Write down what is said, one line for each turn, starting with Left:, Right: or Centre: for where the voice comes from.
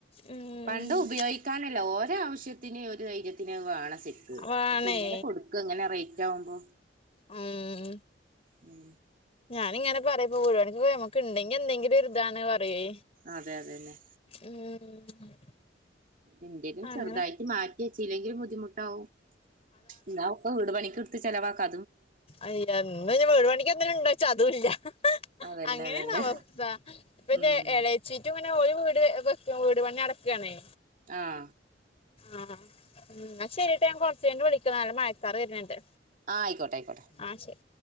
Left: ഉം
Right: പണ്ടം ഉപയോഗിക്കാനല്ല ഓരോ ആവശ്യത്തിന് ഒരു ധൈര്യ ത്തിന് വേണം ശരിക്ക്
Left: വേണേ
Right: പക്ഷെ ഇങ്ങനെ കൊടുക്ക ഇങ്ങനെ റൈറ്റാവുമ്പോ
Left: ഉം
Right: ഉം
Left: ഞാനിങ്ങെനെ പറയപ്പോ പോഴവാണ ഉണ്ടെങ്കി എന്തെങ്കിലൊരിതാണെ പറയേ
Right: അതെ അതന്നെ
Left: ഉം
Right: എന്തെങ്കിലും
Left: അങ്ങനെ
Right: ചെറുതായിട്ട് മാറ്റി വെച്ചി ലെങ്കിൽ ബുദ്ധിമുട്ടാവും എന്ന ഒക്കെ വീട് പണിക്ക് ക്ക്ചെലവാക്കാ
Left: അയ്യങ്ങനെ വീട് പണിക്ക് എന്തിന്നും ഇണ്ടോച്ച അതുല്ല
Right: അതന്നെ
Left: അങ്ങനെയാണവസ്ഥ
Right: അതന്നെ
Left: ഇപ്പൻ്റെഎളേ
Right: ഉം
Left: ചീറ്റും ഇങ്ങനെ ഒരു വീട് വെക്ക വീട് പണി നടക്കാണേ
Right: ആഹ
Left: ആഹ എന്ന ശരിട്ടോ ഞാൻ കൊറച്ച് കഴിഞ് വിളിക്കാ നല്ല മഴക്കാറ് വരുന്നുണ്ട്
Right: ആ ആയിക്കൊട്ടെ ആയിക്കൊട്ടെ
Left: ആഹ ശരി